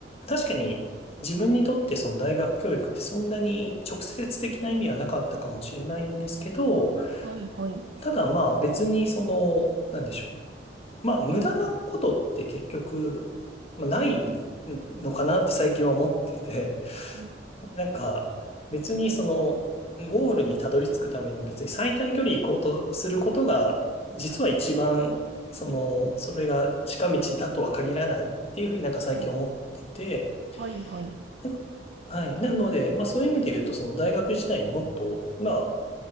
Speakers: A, on the left; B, on the right.
A: 確かに自分にとってその大学教育ってそんなに直接的な意味はなかったかもしれないんですけど、
B: はい、はい、
A: ただまあ別にその、なんでしょう。まあ無駄なことって結局、まあないのかなって最近は思ってて、
B: うん
A: なんか、別にその、ゴールにたどり着くために別に最短距離行こうとすることが、実は一番、その、それが近道だとは限らないっていうふうになんか最近思ってて、
B: はい、はい、はい。
A: なんか、はい。なので、まあそういう意味で言うと、その大学時代にもっと、まあ、